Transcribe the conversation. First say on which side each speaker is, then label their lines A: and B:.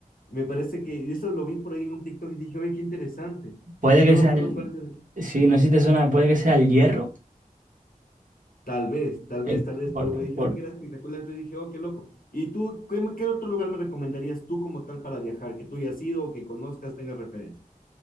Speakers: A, on the left (about 80°); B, on the right (about 65°).
A: Me parece que y eso lo vi por ahí en un TikTok y dije, oye, qué interesante.
B: Puede
A: No
B: que
A: me
B: sea
A: acuerdo
B: el...
A: cuál de
B: Sí, no sé si te suena, puede que sea el hierro.
A: Tal vez, tal vez,
B: El-
A: tal vez,
B: por-
A: pero me dijeron
B: por-
A: que era espectacular, entonces dije, oh, qué loco. ¿Y tú, qué, qué otro lugar me recomendarías tú como tal para viajar, que tú hayas ido o que conozcas, tengas referencias?